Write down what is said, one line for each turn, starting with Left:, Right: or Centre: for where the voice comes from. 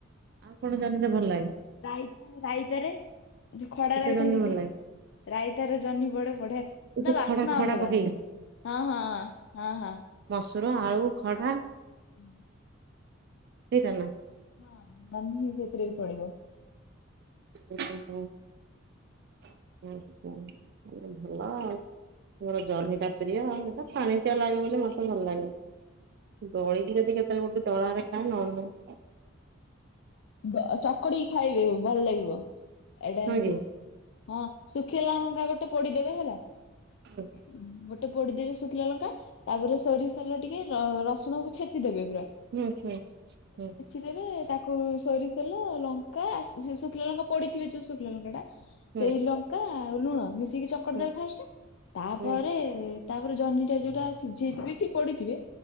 Right: ଆଉ କଣ ଜହ୍ନିରେ ଭଲ ଲାଗେ।
Left: ରାଇତା ରାଇତାରେ ଯୋଉ ଖଡା ରାଇତା
Right: ଜହ୍ନି
Left: ହେରିକା
Right: ଭଲ ଲାଗେ
Left: ରାଇତାରେ ଜହ୍ନି ପଡେ ବଢିଆ
Right: ଏ ଯୋଉ
Left: ନାଁ ବାସ୍
Right: ଖଡା
Left: ନାଁ
Right: ଖଡା
Left: ଅଲଗା?
Right: ପକେଇକି।
Left: ହଁ ହଁ ହଁ ହଁ।
Right: ସୁର ଆଳୁ ଖଡା
Left: ହୁଁ‌।
Right: ଏଇଟା ନାଁ?
Left: ହଁ ନହ୍ନି ସେତିରେ ବି ପଡ଼ିବ।
Right: ଓହୋ ଆଚ୍ଛା ଭଲ ଆଉ ତୁମର ଜହ୍ନଟା ପ୍ରିୟ। ହେଟା ପାଣିିଚିଆ ଲାଗେ ବୋଲି ମୋତେ ଭଲ ଲାଗେ ଦଳିକି ଯଦି କେତୋଳେ ଗୋଟେ ଦଳାରେ ଖାଏ ନହେଲେ ନାଇଁ ‌।
Left: ବ ଚକଡିକି ଖାଇବେ ଭଲ ଲାଗିବ। ଏଇଟା
Right: ନାଇଁ
Left: ଏମତି
Right: କି
Left: ହଁ ଶୁଖିଲା ଲଙ୍କା ଗୋ ପୋଡିଦେବେ ହେଲା। ହଁ
Right: ହୁଁ
Left: ଗୋ ଟିକେ ପୋଡିଦେବେ ଶୁଥିଲା ଲଙ୍କା ତାପରେ ସୋରିଷତେଲ ଟିକେ ରସୁଣକୁ ଛେଚିଦେବେ ପୁରା
Right: ହୁଁ ହୁଁ ହୁଁ।
Left: ଦେବେ ତାକୁ ସୋରିଷତେଲ ଲଙ୍କା ଶୁଖିଲା ଲଙ୍କା ପଡିଥିବେ ଯୋଉ ଶୁଖିଲା ଲଙ୍କା ଟା
Right: ହୁଁ
Left: ସେଇ ଲଙ୍କା ଆଉ ଲୁଣ ମିଶି କି ଚକଡ଼ି
Right: ହୁଁ
Left: ଦେବେ ଫାଷ୍ଟ ତାପରେ
Right: ହୁଁ
Left: ତାପରେ ଜହ୍ନିଟା ଯୋଉଟା ସିଝେଇଥିବେ କି ପୋଡିଥିବେ